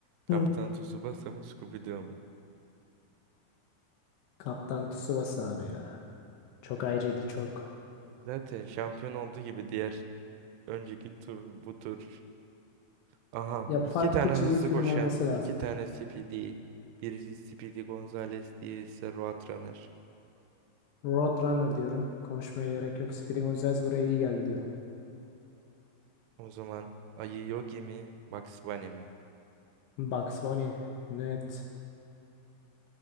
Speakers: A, on the right; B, on the left.
A: Kaptan
B: Hı.
A: Tsubasa mı Scooby-Doo mu?
B: Kaptan Tsubasa abi ya. Çok ayrıydı çok.
A: Zaten şampiyon olduğu gibi diğer önceki tur bu tur. Aha
B: Ya
A: iki
B: farklı
A: tane
B: çizgi
A: hızlı
B: film
A: koşan
B: olması lazım.
A: iki tane Speedy. Birisi Speedy Gonzales diğerisi Roadrunner.
B: Roadrunner diyorum. Konuşmaya gerek yok. Speeding Gonzales buraya iyi geldi diyorum.
A: O zaman Ayı Yogi mi Bugs Bunny mi?
B: Bugs Bunny. Net.